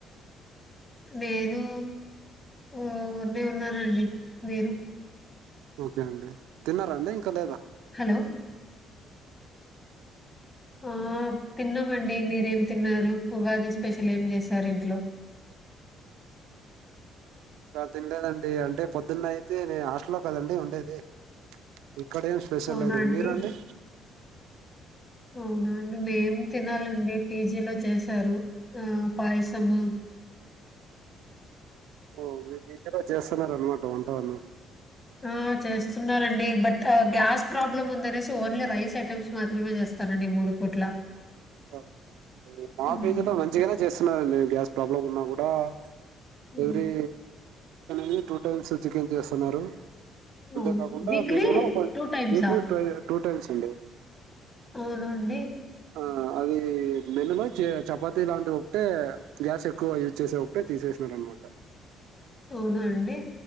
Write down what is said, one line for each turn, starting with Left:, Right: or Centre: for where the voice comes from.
Left: నేను ఉన్న ఉన్నానండి మీరు
Right: ఓకే అండి తిన్నారండి ఇంకా లేదా
Left: హలో ఆ తిన్నామండి, మీరేం తిన్నారు? ఉగాది స్పెషల్ ఏం చేసారు ఇంట్లో?
Right: ఇంకా తినలేదండి అంటే పొద్దున్న అయితే నే హాస్టల్లో కదండి ఉండేది. ఇక్కడేం స్పెషల్
Left: అవునండి,
Right: లేదు మీరండి
Left: అవునండి మేం తినాలె నుండి పీజీలో చేశారు. ఆ పయసము
Right: ఓజ చేస్తున్నరన్నమాట వంట వాళ్ళు
Left: ఆ చేస్తున్నారండి బట్ గ్యాస్ ప్రాబ్లమ్ ఉందినేసి ఓన్లీ రైస్ ఐటమ్స్ మాత్రమే చేస్తానండి మూడు పూట్ల
Right: ఓకే అ మా
Left: ఉమ్.
Right: ఫీజ్ లో మంచిగానే చేస్తున్నారండి గ్యా డలలో ఉన్నా కూడా ఆ
Left: ఉమ్.
Right: వరి ని టూ టైమ్ చికెన్ చేస్తున్నారు
Left: అవును.
Right: అంతే కాకుండా
Left: వీక్లీ
Right: మెనులోక్ై
Left: టైమ్సా?
Right: టూ టైమ్స్ అండి
Left: అవునండి
Right: ఆ అది నెన్నలో చపాతి లాంటివి ఒకటే గ్యాస్ ఎక్కువ యూజ్ చేసే ఒకటే తీసేసినార అనమాట
Left: అవున అండి